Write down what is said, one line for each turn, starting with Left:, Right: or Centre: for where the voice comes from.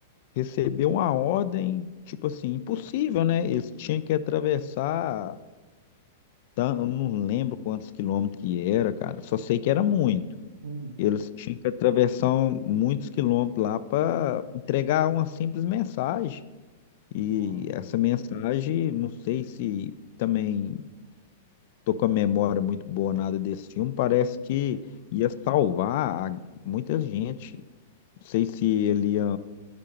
Left: receberam uma ordem, tipo assim, impossível, né? Eles tinham que atravessar, tan- eu não lembro quantos quilômetros que era, cara, só sei que era muito.
Right: Hum,
Left: Eles tinham que atravessar um, muitos quilômetros lá para entregar uma simples mensagem. E
Right: ó,
Left: essa mensagem, não sei se também tô com a memória muito boa nada desse filme, parece
Right: uhum.
Left: que ia salvar a- muita gente. Não sei se ele ia